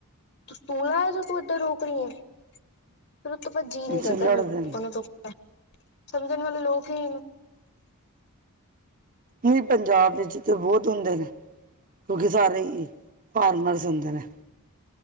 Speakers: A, on the left; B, on the right.
A: ਤੂੰ ਲਾਆ ਜੋ ਤੂੰ ਏਧਾ ਰੋਕਰੀ ਏ। ਫਿਰ ਉਹ ਤੋਂ ਜੀਅ ਨੀ
B: ਅੱਛਾ
A: ਕਰਦਾ
B: ਲੜਦੇ
A: ਰੋਕਣ
B: ਨੇ
A: ਤੋ। ਸਮਝਣ ਵਾਲੇ ਲੋਕ ਹੀ।
B: ਨਹੀਂ ਪੰਜਾਬ ਵਿੱਚ ਤੇ ਬਹੁਤ ਹੁੰਦੇ ਨੇ ਕਿਉਂਕਿ ਸਾਰੇ ਹੀ। ਫਾਰਮਰਜ ਹੁੰਦੇ ਨੇ।